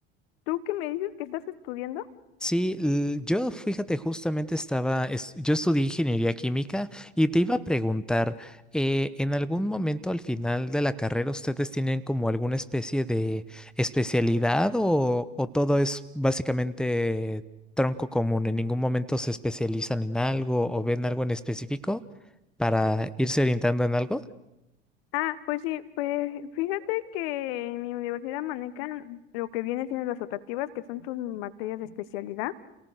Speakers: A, on the left; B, in the centre.
A: ¿Tú qué me dices que estás estudiando?
B: Sí, l- yo fíjate, justamente estaba, es- yo estudié ingeniería química y te iba a preguntar, eh, ¿en algún momento al final de la carrera ustedes tienen como alguna especie de especialidad o, o todo es básicamente tronco común? ¿En ningún momento se especializan en algo o ven algo en específico para irse orientando en algo?
A: Ah, pues sí, pues fíjate que en mi universidad manejan lo que viene siendo las optativas, que son tus materias de especialidad.